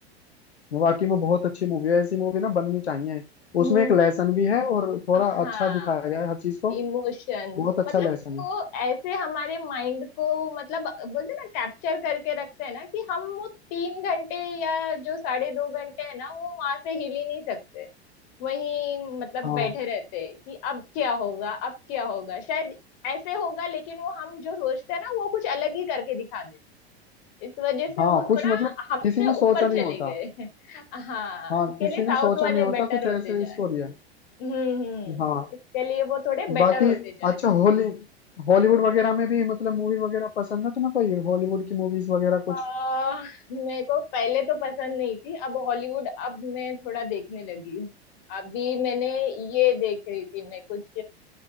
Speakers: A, on the left (about 75°); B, on the left (about 50°).
A: वाकई में बहुत अच्छी मूवी है ऐसी मूवी ना बननी चाहिए
B: हम्म,
A: उसमें एक लेसन भी है और थोड़ा
B: हाँ
A: अच्छा दिखाया गया है हर चीज को
B: इमोशंस
A: बहुत अच्छा
B: मतलब
A: लेसन
B: वो
A: है
B: ऐसे हमारे माइंड को मतलब बोलते हैं ना कैप्चर करके रखते हैं ना कि हम वो तीन घंटे या जो साढ़े दो घंटे है ना वो वहां से हिल ही नहीं सकते वही मतलब
A: हाँ
B: बैठे रहते हैं कि अब क्या होगा अब क्या होगा शायद ऐसे होगा लेकिन वो हम जो सोचते हैं ना वो कुछ अलग ही करके दिखा इस वजह से
A: हाँ
B: वो
A: कुछ
B: थोड़ा
A: मतलब
B: हमसे
A: किसी ने सोचा
B: ऊपर
A: नहीं
B: चले
A: होता
B: गए <laughs> हाँ
A: हाँ
B: इसके
A: किसी
B: लिए
A: ने
B: साउथ
A: सोचा
B: वाले
A: नहीं होता
B: बेटर
A: कुछ ऐसे
B: होते जा
A: स्टोरी
B: रहे
A: है
B: हम्म हम्म
A: हाँ
B: इसके लिए वो थोड़े बेटर
A: बाकी
B: होते जा
A: अच्छा
B: रहे
A: होली हॉलीवुड वगैरह में भी मतलब मूवी वगैरह पसंद है तुम्हें कोई हॉलीवुड की मूवीज वगैरह
B: आ,
A: कुछ
B: मेरे को पहले तो पसंद नहीं थी अब हॉलीवुड अब मैं थोड़ा देखने लगी हूँ अभी मैंने ये देख रही थी मैं कुछ